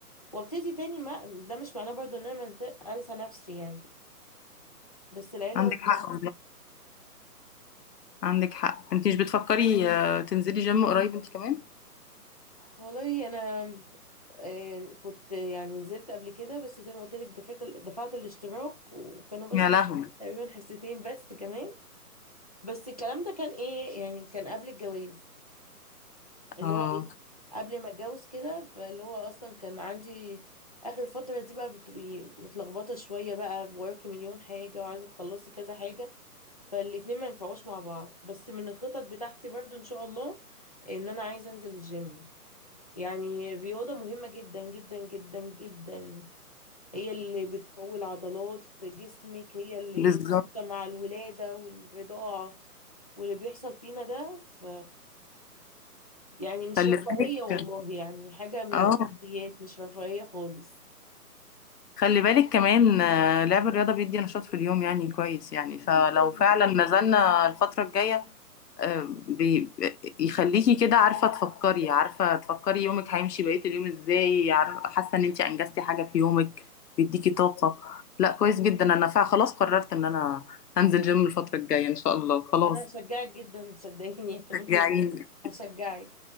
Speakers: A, on the left; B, on the left.
A: وابتدي تاني ما ده مش معناه برضه ان انا منسى- انسى نفسي يعني بس العيله
B: عندك حق عندك حق انت مش بتفكري آه، تنزلي جيم قريب انت كمان
A: والله انا آه، كنت يعني نزلت قبل كده بس زي ما قلت لك دفعت دفعت الاشتراك وكانوا بس
B: يا لهوي
A: تقريبا حصتين بس كمان بس الكلام ده كان ايه يعني كان قبل الجواز اللي
B: اه
A: هو ايه قبل ما اتجوز كده فاللي هو اصلا كان عندي اخر فترة دي بقى بتبقي متلخبطة شوية بقى وراكي مليون حاجة وعايزة تخلصي كذا حاجة فالاتنين ما ينفعوش مع بعض بس من الخطط بتاعتي برضو ان شاء الله ان انا عايزة انزل الجيم يعني الرياضة مهمة جدا جدا جدا جدا هي اللي بتقوي عضلات جسمك هي اللي
B: بالظبط
A: مع الولادة والرضاعة واللي بيحصل فينا ده ف... يعني مش
B: خلي
A: رفاهية والله
B: بالك
A: يعني حاجة من
B: اه
A: الأساسيات مش رفاهية خالص
B: خلي بالك كمان آه، لعب الرياضة بيدي نشاط في اليوم يعني كويس يعني فلو
A: جدا
B: فعلا نزلنا الفترة الجاية آه، بي يخليكي كده عارفة تفكري عارفة تفكري يومك هيمشي بقية اليوم ازاي عارفة حاسة ان انت انجزتي حاجة في يومك بيديكي طاقة لا كويس جدا انا فعلا خلاص قررت ان انا هنزل جيم الفترة الجاية ان شاء الله خلاص
A: أنا هشجعك جدا صدقيني يا
B: شجعيني
A: ميس هشجعك